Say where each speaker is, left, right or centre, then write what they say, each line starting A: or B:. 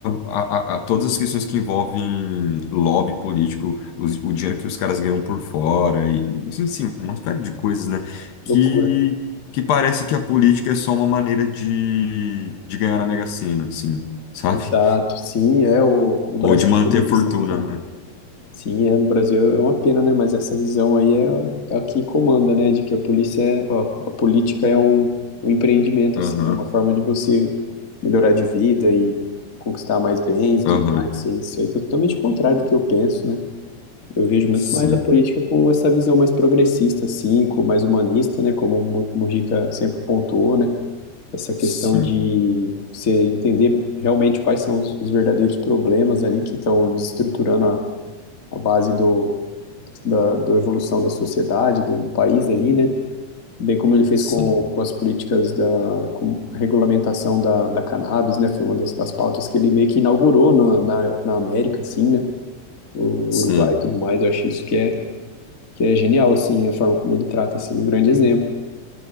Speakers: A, on the left (about 70°); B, on the left (about 45°).
A: a, a- a- todas as questões que envolvem lobby político, os- o dinheiro que os caras ganham por fora, e, enfim, uma série de coisas, né? Que,
B: loucura.
A: que parece que a política é só uma maneira de, de ganhar na Mega Sena, assim, sabe?
B: Exato, sim, é o, no Brasil
A: Ou de manter
B: tem muito
A: a fortuna,
B: essa visão.
A: né?
B: Sim, é, no Brasil é uma pena, né? Mas essa visão aí é, é a que comanda, né? De que a polícia é, ó, a política é um, um empreendimento,
A: Aham,
B: assim, é uma forma de você melhorar de vida e conquistar mais bens e
A: aham.
B: tudo mais. Isso aí isso aí é totalmente contrário do que eu penso, né? Eu vejo muito
A: Sim,
B: mais a política com essa visão mais progressista, assim, com mais humanista, né? Como o Mu- Mujica sempre pontuou, né? Essa questão
A: sim,
B: de você entender realmente quais são os, os verdadeiros problemas ali que estão desestruturando a base do, da, da evolução da sociedade, do, do país ali, né? Bem como ele fez
A: sim,
B: com, com as políticas da com a regulamentação da, da cannabis, né? Foi uma das, das pautas que ele meio que inaugurou na, na, na América, assim, né? O
A: sim.
B: Uruguai e tudo mais. Eu acho isso que é, que é genial, assim, a forma como ele trata, assim, um grande exemplo.